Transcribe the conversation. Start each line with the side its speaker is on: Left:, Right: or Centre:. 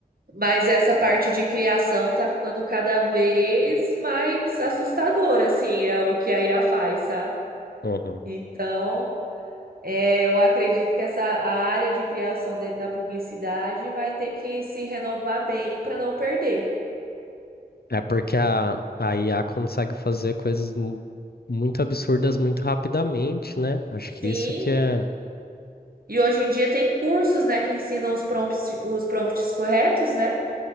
Right: Mas essa parte de criação tá ficando cada vez mais assustadora, assim, é o que a IA faz, sabe?
Left: uhum.
Right: Então, é, eu acredito que essa a área de criação dentro da publicidade vai ter que se renovar bem para não perder.
Left: É porque a, a IA consegue fazer coisas mu- muito absurdas muito rapidamente, né? Acho que
Right: Sim.
Left: isso que é,
Right: E hoje em dia tem cursos, né, que ensinam os prompts, os prompts corretos, né?